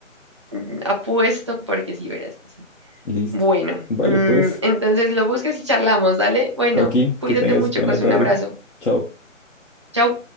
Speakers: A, on the right; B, on the left.
A: mm, apuesto porque sí, verás que sí.
B: Listo.
A: Bueno,
B: Vale,
A: mm,
B: pues,
A: entonces lo buscas y charlamos, dale. Bueno,
B: Oki,
A: cuídate
B: que tengas
A: mucho,
B: buena
A: José,
B: tarde.
A: un abrazo.
B: Chao.
A: Chau.